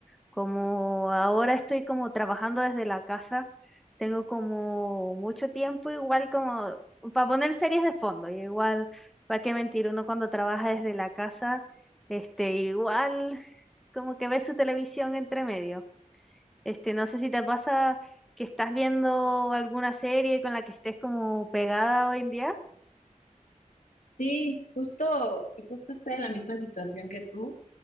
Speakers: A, in the centre; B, on the left.
A: Como ahora estoy como trabajando desde la casa, tengo como mucho tiempo igual como para poner series de fondo. y igual, ¿para qué mentir? Uno cuando trabaja desde la casa, este, igual como que ve su televisión entre medio. Este, no sé si te pasa que estás viendo alguna serie con la que estés como pegada hoy en día.
B: Sí, justo, justo estoy en la misma situación que tú,